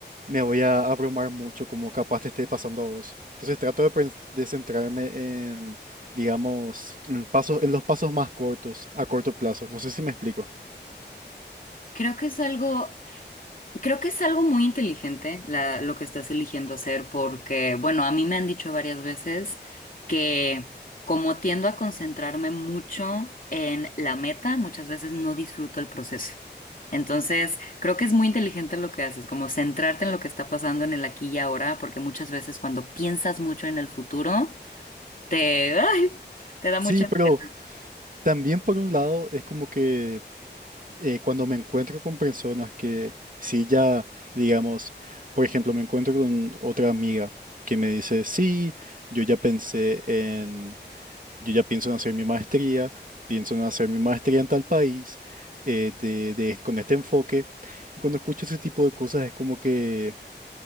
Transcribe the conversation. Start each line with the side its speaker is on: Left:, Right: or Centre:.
Right: me voy a abrumar mucho, como capaz te esté pasando a vos. Entonces trato de, pens- de centrarme en, digamos, en pasos, en los pasos más cortos, a corto plazo. No sé si me explico.
Left: Creo que es algo Creo que es algo muy inteligente la- lo que estás eligiendo hacer porque, bueno, a mí me han dicho varias veces que como tiendo a concentrarme mucho en la meta, muchas veces no disfruto el proceso. Entonces, creo que es muy inteligente lo que haces, como centrarte en lo que está pasando en el aquí y ahora, porque muchas veces cuando piensas mucho en el futuro, te, <laughs> ay, te da
Right: Sí,
Left: mucha ansiedad.
Right: pero también por un lado es como que eh, cuando me encuentro con personas que sí ya, digamos, por ejemplo, me encuentro con otra amiga que me dice, sí, yo ya pensé en, yo ya pienso en hacer mi maestría, pienso en hacer mi maestría en tal país, eh, de- de- con este enfoque. Y cuando escucho ese tipo de cosas es como que